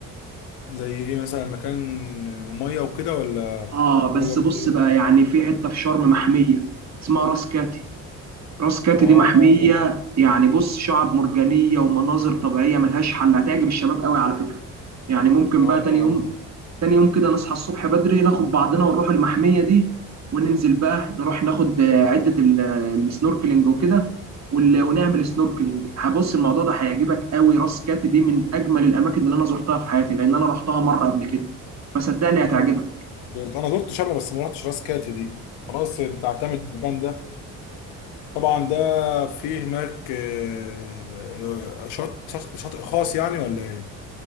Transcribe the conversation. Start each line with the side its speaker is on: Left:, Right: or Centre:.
Left: زي ايه مثلا مكان آه، ميه وكده ولا
Right: اه بس
Left: خروجه
Right: بص
Left: بالليل
Right: بقى يعني في حته في شرم محميه اسمها راس كاتي راس كاتي
Left: اه
Right: دي محميه يعني بص شعب مرجانيه ومناظر طبيعيه ملهاش حل هتعجب الشباب قوي على فكره يعني ممكن
Left: اه اه
Right: بقى تاني
Left: آه.
Right: يوم تاني يوم كده نصحى الصبح بدري ناخد بعضنا ونروح المحمية دي وننزل بقى نروح ناخد آه، عدة ال- السنوركلينج وكده وال- ونعمل سنوركلينج هبص الموضوع ده هيعجبك قوي راس كاتي دي من اجمل الاماكن اللي انا زرتها في حياتي لان انا رحتها مرة قبل كده فصدقني
Left: نروح
Right: هتعجبك
Left: زرت انا زرت شبرا بس ما رحتش راس كاتي دي خلاص انت اعتمد المكان ده طبعا ده فيه هناك آه، شط شط- شاطئ خاص يعني ولا ايه